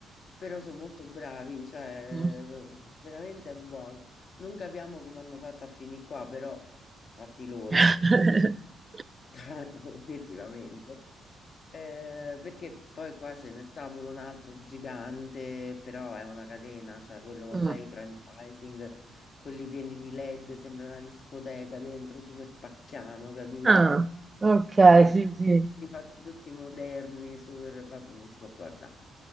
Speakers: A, on the left (about 55°); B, on the right (about 25°).
A: però sono molto bravi, cioè
B: Mm.
A: eh, veramente è buono. Non capiamo come hanno fatto a finire qua, però fatti loro,
B: <laughs>
A: <laughs> obiettivamente. Eh, perché poi qua ce ne sta pure un altro gigante, però è una catena, cioè quello,
B: Mm.
A: sai, i franchising, quelli pieni di LED, sembra una discoteca dentro, super pacchiano, capito?
B: Ah, Ok,
A: eh,
B: sì, sì.
A: li fatti tutti moderni, super, va- non si può guardare.